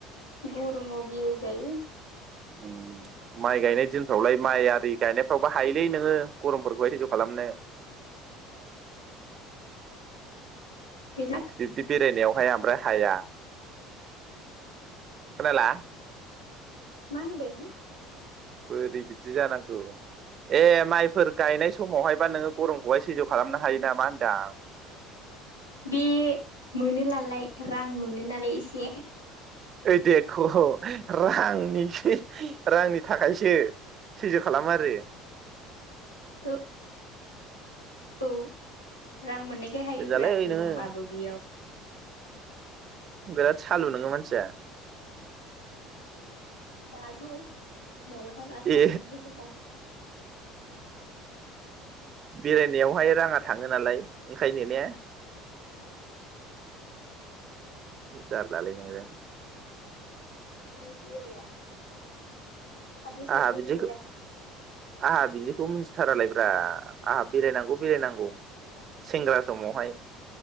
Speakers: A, on the left; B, on the right.
A: गर'माव बेराय जायो
B: ओम माइ गायनाय दिनफ्रावलाय माइ आरि गायनायफ्रावबो हायोलै नोङो गरमफोरखौहाय सैज' खालामनो
A: गैला
B: बिब्दि बेरायनायावहाय ओमफ्राय हाया खोनाला
A: मा होनदों
B: बोरै बिदि जानांगौ ए माइफोर गायनाय समावहायबा नोङो गरमखौहाय सैज' खालामनो हायो नामा होनदां
A: बे मोनोलालाय रां मोनो नालाय एसे
B: ओइ देखौ रांनिसो रांनि थाखायसो सैज्य' खालामो आरो
A: औ औ रां मोननायखाय हायोब्रा
B: गोजालै
A: गरमबाबो
B: नोङो
A: बेयाव
B: बिराद सालु नोङो मानसिया
A: दाथ' माबाथार सान्दुं
B: ए
A: गोसाथार
B: बेरायनायावहाय राङा थाङो नालाय ओंखायनो ने जारलालै नोंजों
A: नों बेराया दाथ' साइकेलबो
B: आंहा बिदिखौ
A: गैला
B: आंहा बिदिखौ मिथि थारालायब्रा आंहा बेरायनांगौ बेरायनांगौ सेंग्रा समावहाय